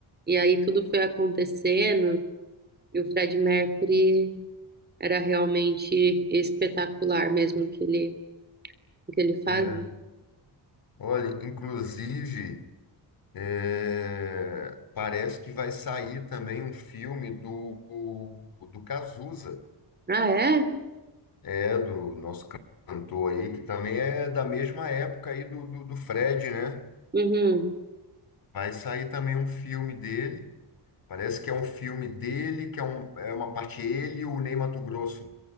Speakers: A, on the right (about 25°); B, on the left (about 55°).
A: e aí tudo foi acontecendo, e o Fred Mercury era realmente espetacular mesmo o que ele, o que ele faz.
B: É, Olha, inclusive, é, parece que vai sair também um filme do, do Cazuza,
A: Ah, é?
B: é, do nosso cantor aí, que também é da mesma época aí do, do, do Fred, né?
A: Uhum.
B: Vai sair também um filme dele, parece que é um filme dele, que é, um, é uma parte ele e o Ney Matogrosso.